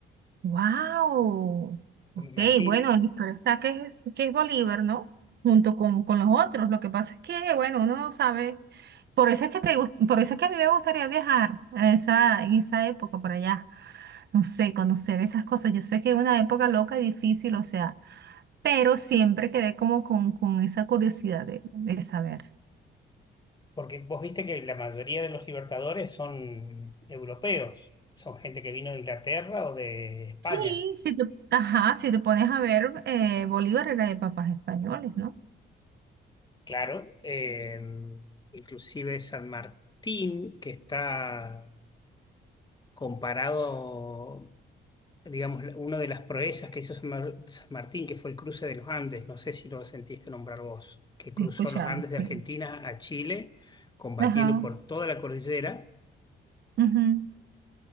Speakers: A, on the right; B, on the left.
A: Wow.
B: San
A: Ok,
B: Martín
A: bueno, el historial está que es, que es Bolívar, ¿no? Junto con, con los otros. Lo que pasa es que, bueno, uno no sabe. Por eso es que te, gust- por eso es que a mí me gustaría viajar a esa, en esa época por allá. No sé, conocer esas cosas. Yo sé que es una época loca y difícil, o sea. pero siempre quedé como con, con esa curiosidad de, de saber.
B: Porque vos viste que la mayoría de los libertadores son europeos, son gente que vino de Inglaterra o de España.
A: Sí, si te, ajá, si te pones a ver, eh, Bolívar era de papás españoles, ¿no?
B: Claro, eh, inclusive San Martín, que está comparado, digamos, la- una de las proezas que hizo San, Mar- San Martín, que fue el cruce de los Andes, no sé si lo sentiste nombrar vos, que cruzó
A: He escuchado,
B: los Andes
A: sí.
B: de Argentina a Chile, combatiendo
A: Ajá.
B: por toda la cordillera,
A: ujú.